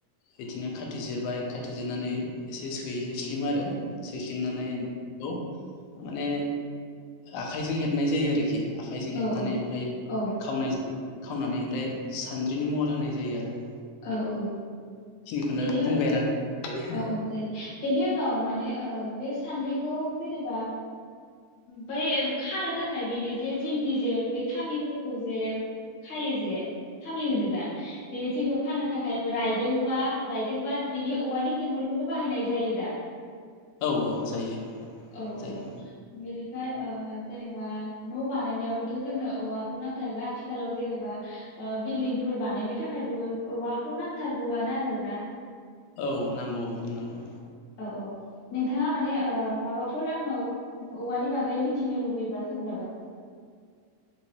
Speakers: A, on the left; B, on the left.
A: बिदिनो खाथि जिरबाय खाथि जिरनानै एसे सैस्लिमो आरो सैसिननानै बेखौ माने आखायजों हेबनाय जायो आरोखि आखाइजों हेबनानै
B: औ
A: ओमफ्राय
B: औ
A: खावनाय जायो खावनानै ओमफ्राय सानद्रिनि महर होनाय जायो आरो
B: औ औ
A: खिनिखौनो
B: बेनि
A: बुंबाय आरो आं
B: औ औ जायो बेनि उनाव माने ओ बे सान्द्रिखौ जेनेबा बै खानो थाखाय बेनि जे जिंनि जे बे खामिफोरखौ जे खायो जे खामि होनो दा बेज खानो थाखायबो राइ <unintelligible> रायदोंबा बिनि औवानि थेंगलखौनो बाहायनाय जायो दा?
A: औ औ जायो ओं।
B: औ औ <unintelligible>
A: जायो
B: ओमफ्राय ओ जेनेबा न' बानायनायावबोथ' जोंनो औवाखौ नांथारगौ आथिखालाव जेनेबा बिल्दिंफोर बानायनो थाखायबो औवाखौ नांथारगौआनो आरोना।
A: औ नांगौ नांगौ।
B: औ औ नोंथाङा माने माबाफोर आंनाव औवानि बागै मिथिनो लुबैयोबा सोंजागोन।